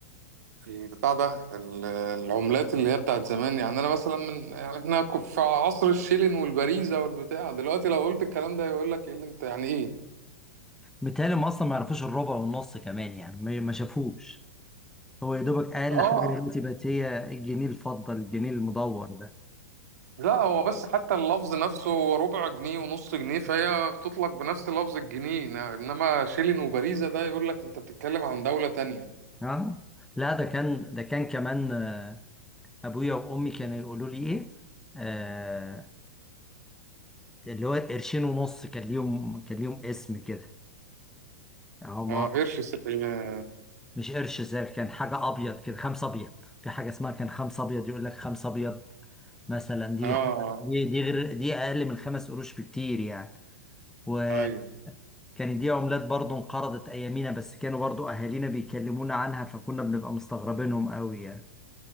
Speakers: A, on the right; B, in the centre.
A: البتاع ده ال- العملات اللي هي بتاعت زمان يعني انا مثلا من يعني احنا ك- في عصر الشيلين والبريزة والبتاع دلوقتي لو قلت الكلام ده يقول لك ايه اللي انت يعني ايه
B: متهيألي هم اصلا ما يعرفوش الربع والنص كمان يعني ما ما شافوش هو يا دوبك اقل
A: اه
B: حاجه دلوقتي بقت هي الجنيه الفضه الجنيه المدور ده
A: لا هو بس حتى اللفظ نفسه هو ربع جنيه ونص جنيه فهي بتطلق بنفس لفظ الجنيه إن- انما شيلين وبريزة ده يقول لك انت بتتكلم عن دولة تانية
B: ها لا ده كان ده كان كمان آه، ابويا وامي كانوا يقولوا لي ايه آه اللي هو قرشين ونص كان ليهم كان ليهم اسم كده هما
A: اه قرش س- اه
B: مش قرش زي كان حاجه ابيض كده خمسه ابيض في حاجه اسمها كان خمسه ابيض يقول لك خمسه ابيض مثلا دي
A: آه، آه،
B: حاجة دي دي غير دي اقل من خمس قروش بكتير يعني وكانت
A: ايوه
B: دي عملات برضو انقرضت ايامينا بس كانوا برضو اهالينا بيكلمونا عنها فكنا بنبقى مستغربينهم قوي يعني